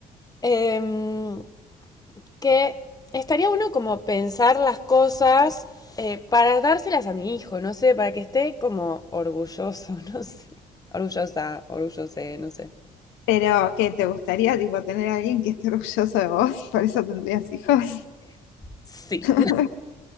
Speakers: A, on the left (about 20°); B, on the left (about 70°).
A: Em, que estaría uno como pensar las cosas eh, para dárselas a mi hijo, no sé, para que esté como orgulloso, <laughs> no sé. Orgullosa, orgullose, no sé.
B: Pero que te gustaría tipo tener a alguien que esté orgulloso de vos, <laughs> por eso tendrías hijos.
A: Sí.
B: <laughs>